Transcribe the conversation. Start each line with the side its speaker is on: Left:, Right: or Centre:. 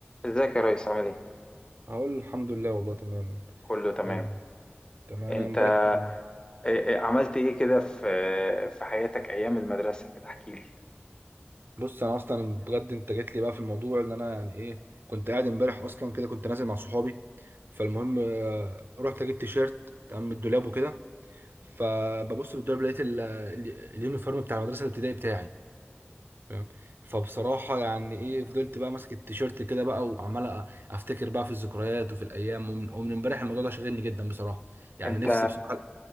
Left: ازيك يا ريس عامل ايه؟
Right: اقول الحمد لله والله تمام
Left: كله تمام
Right: آه تمام
Left: انت
Right: انا امبارح كده
Left: إيه- إيه- عملت ايه كده في في حياتك ايام المدرسة كده احكي لي
Right: بص انا اصلا بجد انت جيت لي بقى في الموضوع اللي انا يعني ايه كنت قاعد امبارح اصلا كده كنت نازل مع صحابي فالمهم آه رحت اجيب تيشيرت تمام من الدولاب وكده فببص في الدولاب لقيت ال- ال- اليونيفورم بتاع المدرسه الابتدائي بتاعي فاهم فبصراحه يعني ايه فضلت بقى ماسك التيشيرت كده بقى وعمال أ- افتكر بقى في الذكريات وفي الايام ومن ومن امبارح الموضوع ده شاغلني جدا بصراحه يعني
Left: انت
Right: نفسي بصراحه